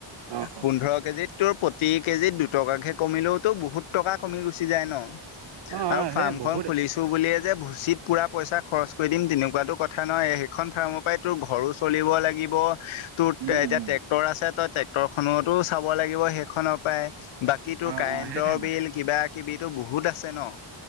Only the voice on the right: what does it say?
অ অ
অ অ
সেই বহুত
উম
উম
অ
অ সেইটোৱে